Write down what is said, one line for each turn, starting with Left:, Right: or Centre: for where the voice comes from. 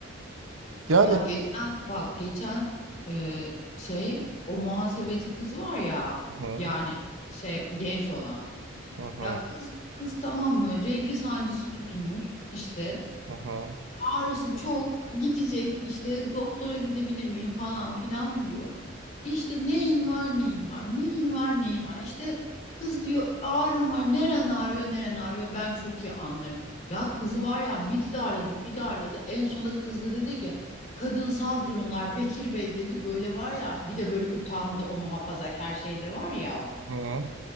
Right: Yani
Left: Ya geçen bak geçen e, şey o muhasebeci kız var ya
Right: Hı
Left: yani şey genç olan
Right: hı
Left: ya kız kız tamam mı regli sancısı tutmuş işte
Right: hı hı.
Left: ağrısı çok gidecek işte doktora gidebilir miyim falan filan diyor. İşte neyin var neyin var neyin var neyin var İşte kız diyor ağrım var neren ağrıyor neren ağrıyor ben çok iyi anlarım. Ya kızı var ya bir darladı bir darladı en sonunda kız da dedi ki kadınsal durumlar Bekir Bey dedi böyle var ya bir de böyle utandı o muhafazakar şey de var ya
Right: hı.